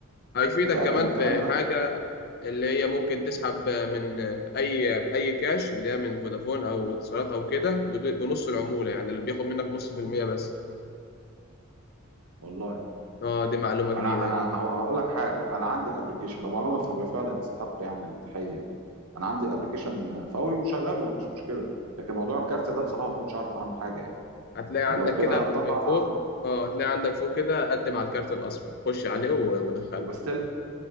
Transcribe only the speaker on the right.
متأكد
من الكلام
ده؟
والله
انا
انا هو- هقول لك حاجه انا عندي الابلكيشن هو معلومه ف- فعلا تستحق يعني التحيه انا عندي الابلكيشن فوري وشغال ومفيش مشكله لكن موضوع الكارت ده بصراحه ما كنتش اعرف عنه حاجه يعني
فلو
كده
هضطر انا
اعمل
وبستل